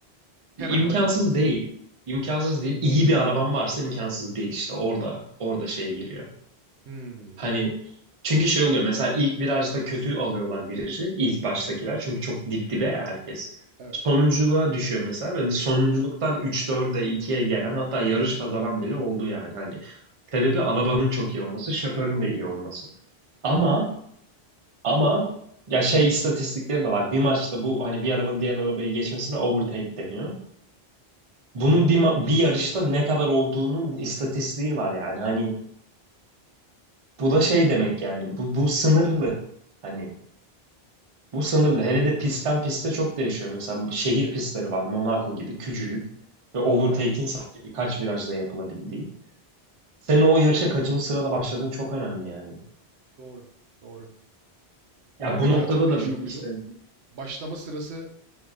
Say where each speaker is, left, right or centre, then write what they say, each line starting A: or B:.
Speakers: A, on the right (about 85°); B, on the right (about 35°).
A: Hemen
B: İmkansız
A: hemen imkansız.
B: değil. İmkansız değil. İyi bir araban varsa imkansız değil işte. Orada, orada şey giriyor.
A: Hımm.
B: Hani çünkü şey oluyor mesela ilk virajda kötü alıyorlar virajı ilk baştakiler çünkü çok dip dibe ya herkes.
A: Evet.
B: Sonunculuğa düşüyor mesela ve sonunculuktan 3-4'e ikiye gelen hatta yarış kazanan bile oldu yani. Hani sebebi arabanın çok iyi olması, şoförün de iyi olması. Ama
A: Anladım.
B: ama ya şey istatistikleri de var. Bir maçta bu hani bir arabanın diğer arabayı geçmesine overtake deniyor. Bunun
A: Tamam.
B: bir, ma- bir yarışta ne kadar olduğunun istatistiği var yani. Hani bu da şey demek yani. Bu, bu sınırlı. Hani Bu sınırlı. Hele de pistten piste çok değişiyor. Mesela bu şehir pistleri var. Monaco gibi küçücük. Ve overtake'in
A: Evet.
B: sadece birkaç virajda yapılabildiği. Senin o yarışa kaçıncı sırada başladığın çok önemli yani.
A: Doğru. Doğru.
B: Ya
A: Bu
B: bu
A: peki,
B: noktada
A: aaa, çok değişiyor
B: da bir
A: muydu?
B: işte
A: Y başlama sırası